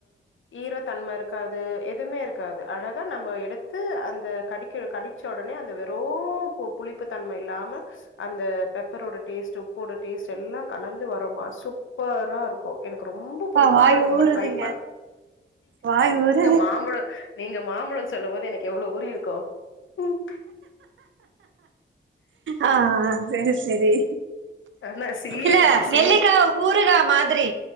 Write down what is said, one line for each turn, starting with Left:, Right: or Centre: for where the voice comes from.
Left: ஈர தன்ம இருக்காது எதுமே இருக்காது அழகா நம்ம எடுத்து அந்த கடிக்க வை கடி ச்ச ஒடனே அந்த வெறு பு புளிப்பு தன்மை இல்லாம அந்த பெப்பரோட டேஸ்ட்டு உப்போட டேஸ்ட்டு எல்லா கலந்து வரோமா சூப்பராக இருக்கு எனக்கு ரொம்ப
Right: அப்பா
Left: பிடிக்கு
Right: வாய்
Left: ஆனா நம்ப
Right: ஊறுதுங்க
Left: ட்ரை பண்
Right: வாய் ஊற
Left: மாம்பழோ சொல்லு போது எனக்கு எவ்ளோ ஊறி இருக்கு ம்
Right: ஆ செரி செரி
Left: ஆனா சீர்
Right: இல்ல
Left: ஆனா சீர்
Right: நெல்லிக்காவு ஊறுகா மாதிரி